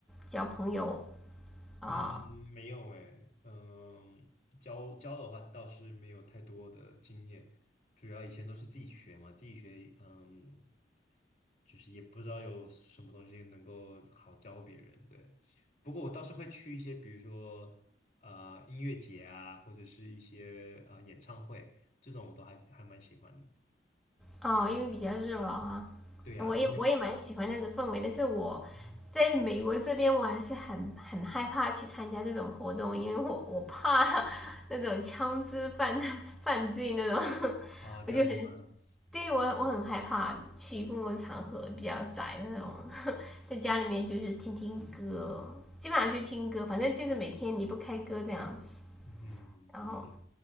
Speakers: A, in the centre; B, on the left.
A: 交朋友啊
B: 嗯，没有诶，嗯，教教的话倒是没有太多的经验，主要以前都是自己学嘛，自己学，嗯，就是也不知道有什么东西能够好教别人，对。不过我倒是会去一些，比如说呃音乐节啊，或者是一些呃演唱会，这种我都还还蛮喜欢的。
A: 哦，因为比较热闹啊，
B: 对呀，
A: 我也我也蛮喜欢那种氛围，
B: 你有，
A: 但是我
B: 嗯
A: 在美国这边我还是很很害怕去参加这种活动，因为我我怕那种枪支犯 <laughs> 犯罪那种，<laughs>
B: 哦，这样的吗？
A: 我就很对我我很害怕去公共场合比较宅的那种，在家里面就是听听歌，基本上就听歌，反正就是每天离不开歌这样子。
B: 嗯哼，
A: 然后，
B: 嗯是